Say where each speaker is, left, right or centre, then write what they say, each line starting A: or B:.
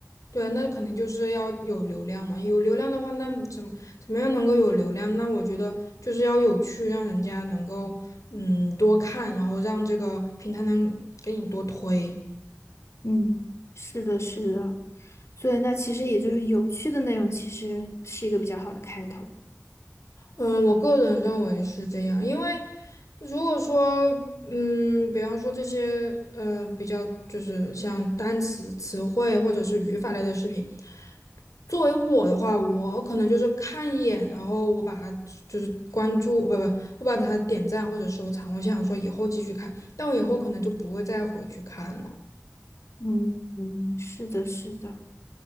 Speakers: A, on the left (about 80°); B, on the left (about 55°).
A: 对啊，那肯定就是要有流量嘛。有流量的话，那怎么怎么样能够有流量？那我觉得就是要有趣，让人家能够嗯多看，然后让这个平台能给你多推。
B: 嗯，是的，是的。所以那其实也就是有趣的内容，其实是一个比较好的开头。
A: 嗯，我个人认为是这样，因为如果说，嗯，比方说这些，呃，比较就是像单词、词汇或者是语法类的视频，作为我的话，我可能就是看一眼，然后我把它就是关注，不不，我把它点赞或者收藏，我想说以后继续看，但我以后可能就不会再回去看了，
B: 嗯嗯，是的，是的。